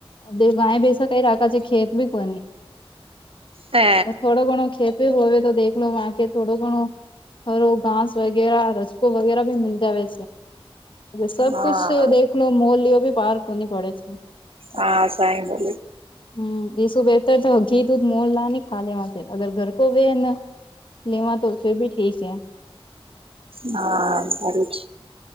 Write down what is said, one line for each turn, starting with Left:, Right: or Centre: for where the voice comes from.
Left: ગયા બેસા કઈ રાખા છે, ખેત બી કો
Right: હે
Left: થોડો ઘણો ખેત હોવે તો દખલો લો આ કે થોડો ઘણું ઓ ઘાસ વગેરા રસકો વગેરા ભી મી જવે સબકછ
Right: હા
Left: દે મોલ બી બહાર કોની પડે છે.
Right: હા સાઈ બો
Left: હમ એસું બેતર તો ઘીત ઉધ મોર લ ખા લેવા અગર ઘરકો વે ને લેવા તો ફીરભી ઠીસે
Right: હા આવે છે.